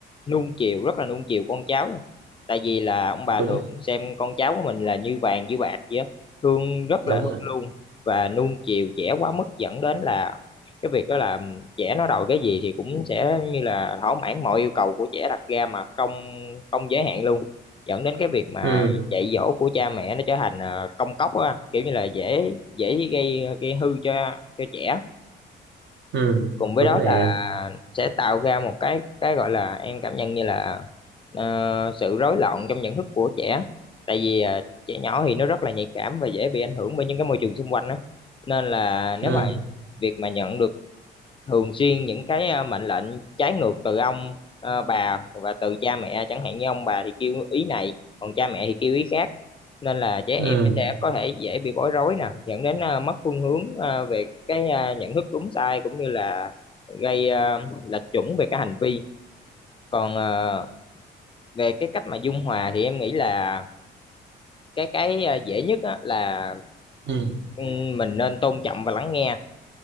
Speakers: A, on the left; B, on the right.
A: nuông chiều rất là nuông chiều con cháu tại vì là ông bà
B: đúng
A: thường
B: rồi
A: xem con cháu của mình là như vàng như bạc vậy á thương rất
B: đúng
A: là thương
B: rồi
A: luôn và nuông chiều trẻ quá mức dẫn đến là cái việc đó là trẻ nó đòi cái gì thì cũng sẽ như là thỏa mãn mọi yêu cầu của trẻ đặt ra mà không không giới hạn luôn dẫn đến cái việc mà
B: ừ
A: dạy dỗ của cha mẹ nó trở thành ờ, công cốc á anh. kiểu như là dễ dễ gây gây hư cho cho trẻ
B: ừ
A: cùng với
B: đúng
A: đó
B: rồi
A: là
B: em
A: sẽ tạo ra một cái cái gọi là em cảm nhận như là ờ, sự rối loạn trong nhận thức của trẻ tại vì ờ, trẻ nhỏ thì nó rất là nhạy cảm và dễ bị ảnh hưởng bởi những cái môi trường xung quanh á nên là nếu
B: ừ
A: mà việc mà nhận được thường xuyên những cái ờ, mệnh lệnh trái ngược từ ông ờ, bà và từ cha mẹ chẳng hạn như ông bà thì kêu ý này còn cha mẹ thì kêu ý khác nên là trẻ
B: ừ
A: em nó sẽ có thể dễ bị bối rối nè dẫn đến ờ, mất phương hướng ờ, về cái ờ, nhận thức đúng sai cũng như là gây ờ, lệch chuẩn về cái hành vi còn ờ, về cái cách mà dung hòa thì em nghĩ là cái cái ờ, dễ nhất á, là
B: ừ
A: ừ, mình nên tôn trọng và lắng nghe